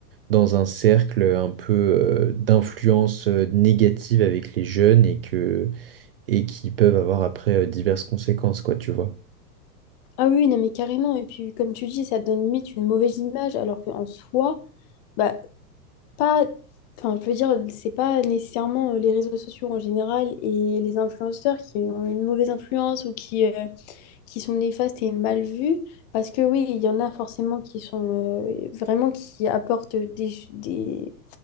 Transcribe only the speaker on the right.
dans un cercle un peu euh, d'influence euh, négative avec les jeunes et que, et qui peuvent avoir après euh, diverses conséquences, quoi, tu vois.